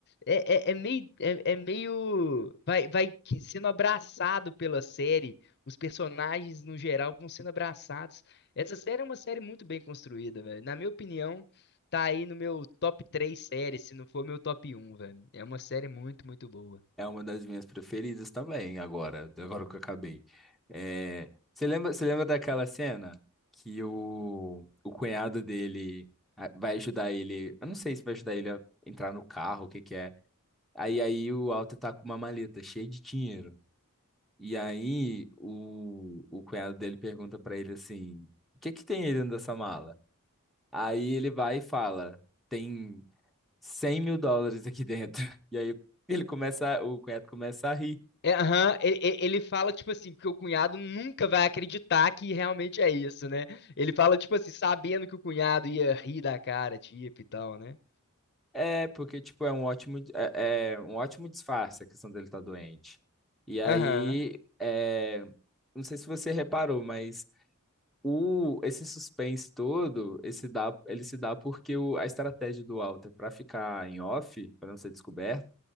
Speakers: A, on the left; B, in the centre.
A: É, é, é meio. É, é meio. Vai, vai que- sendo abraçado pela série, os personagens no geral vão sendo abraçados. Essa série é uma série muito bem construída, velho. Na minha opinião, tá aí no meu top 3 séries, se não for meu top um, velho. É uma série muito, muito boa.
B: É uma das minhas preferidas também, agora, agora que eu acabei. É, você lembra, você lembra daquela cena que o, o cunhado dele ah, vai ajudar ele, eu não sei se vai ajudar ele a entrar no carro, o que que é. Aí, aí o Walter tá com uma maleta cheia de dinheiro. E aí o, o cunhado dele pergunta pra ele assim: o que que tem aí dentro dessa mala? Aí ele vai e fala: tem cem mil dólares aqui dentro. <laughs> E aí ele começa, o cunhado começa a rir.
A: É, aham, ele, ele- ele fala, tipo assim, porque o cunhado nunca vai acreditar que realmente é isso, né? Ele fala, tipo assim, sabendo que o cunhado ia rir da cara, tipo, e tal, né?
B: É, porque tipo, é um ótimo, é, é um ótimo disfarce a questão dele estar doente. E aí,
A: Aham.
B: é, não sei se você reparou, mas o, esse suspense todo, esse dá, ele se dá porque o, a estratégia do Walter para ficar em off, para não ser descoberto,